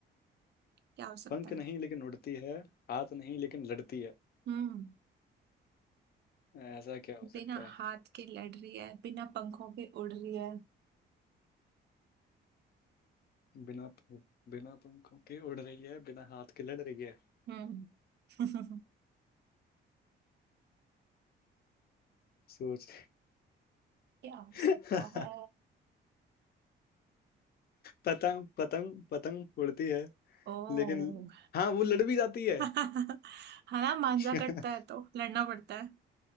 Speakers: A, on the right; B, on the left.
A: क्या हो सकता
B: पंख
A: है
B: नहीं लेकिन उड़ती है हाथ नहीं लेकिन लड़ती है
A: हम्म
B: ऐसा क्या हो सकता
A: बिना
B: है
A: हाथ के लड़ रही है बिना पंखों के उड़ रही है
B: बिना पंख- बिना पंखों के उड़ रही है बिना हाथ के लड़ रही है
A: हम्म <laughs>
B: सोच
A: क्या हो
B: <laughs>
A: सकता है
B: पतंग पतंग पतंग उड़ती है
A: ओ
B: लेकिन हाँ वो लड़ भी जाती है
A: <laughs> हाँ ना मांजा
B: <laughs>
A: कटता है तो लड़ना पड़ता है